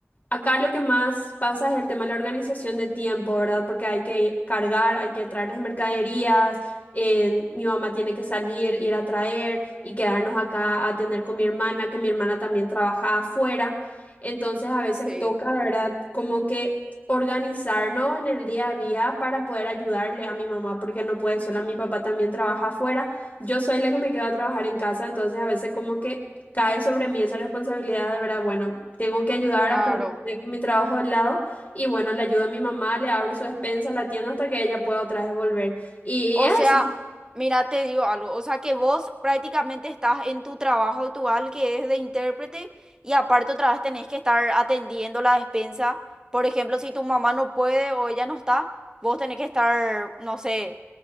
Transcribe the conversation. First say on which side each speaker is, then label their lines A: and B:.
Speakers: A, on the left; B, on the right.
A: Acá lo que más pasa es el tema de la organización de tiempo, ¿verdad? Porque hay que cargar, hay que traer las mercaderías, en- mi mamá tiene que salir, ir a traer y quedarnos acá a atender con mi hermana, que mi hermana también trabaja afuera. Entonces a veces
B: Sí,
A: toca, ¿verdad? Como que organizarnos en el día a día para poder ayudarle a mi mamá, porque no puede sola, mi papá también trabaja afuera, yo soy la que me quedo a trabajar en casa, entonces a veces como que cae sobre mí esa responsabilidad de verdad, bueno, tengo que ayudar
B: claro.
A: a cubrir dejo mi trabajo de lado y bueno, le ayudo a mi mamá, le abro su despensa, la atiendo hasta que ella pueda otra vez volver. Y,
B: O
A: es
B: sea,
A: así,
B: mira, te digo algo, o sea que vos prácticamente estás en tu trabajo actual que es de intérprete y aparte otra vez tenés que estar atendiendo la despensa. Por ejemplo, si tu mamá no puede o ella no está, vos tenés que estar, no sé,